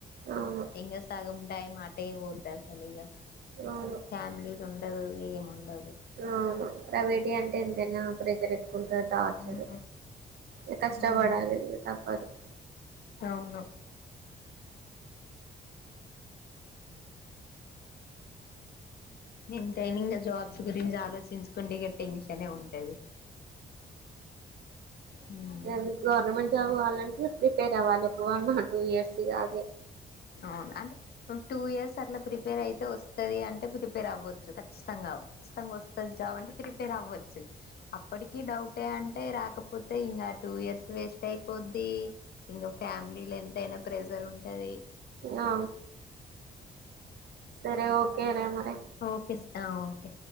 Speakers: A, on the right; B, on the left.
A: అవును
B: ఇంకా సగం టైం ఆ తేవద్దు అస్సలు ఇగా
A: అవును
B: ఫ్యామిలీద ఉ ఉండదు
A: అవును ప్రైవేటీ అంటే ఎంతైనా ప్రెజర్ ఎక్కువ ఉంటారు టార్చర్
B: ఉమ్
A: ఇ కష్టపడాలి
B: అవును
A: ఇ తప్పదు
B: అవును ఎ టైన్ ఇంకా జాబ్స్ గురించి ఆలోచించుకోండి ఇక టెన్షన్ ఉంటది ఉమ్
A: ఆది గవర్నమెంట్ జాబ్ కావాలంటే ప్రిపేర్ అవ్వాలి ఒక వన్ ఆర్ టూ ఇయర్స్ కాద
B: అవును అంటే టూ ఇయర్స్ అట్లా ప్రిపేర్ అయి వస్తే వస్తుది అంటే ప్రిపేర్ అవ్వచ్చు ఖచ్చితంగా ఖచితంగా వస్తుంది జాబ్ అంటే ప్రిపేర్ అవ్వచ్చు అప్పటికిీ డౌటే అంటే రాకపోతే ఇంకా టూ ఇయర్స్ వేస్ట్ అయిపోద్ది ఇంకా ఫ్యామిలీలో ఎంతైనా ప్రెజర్ ఉంట అది
A: ఆ సరే ఓకే అరే మర
B: ఓకే ఓకే